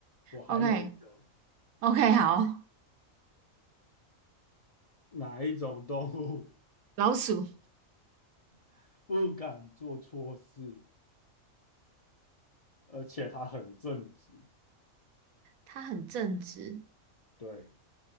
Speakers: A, on the left (about 50°); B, on the right (about 85°).
A: 我还有一个，
B: OK OK，好，
A: 哪一种动物
B: 老鼠，
A: <laughs> 不敢做错事，而且它很正直？
B: 它很正直，
A: 对，